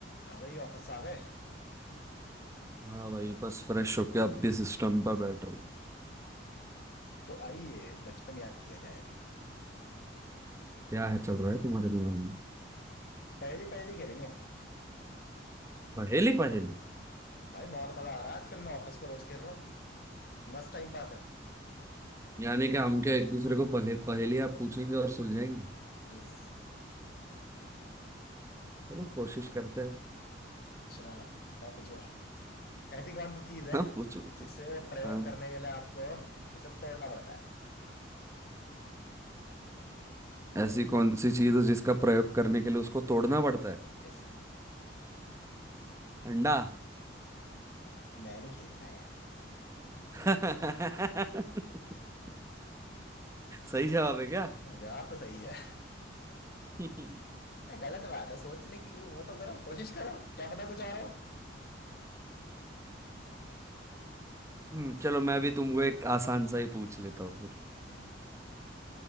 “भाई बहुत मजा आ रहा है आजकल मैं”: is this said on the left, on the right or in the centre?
Left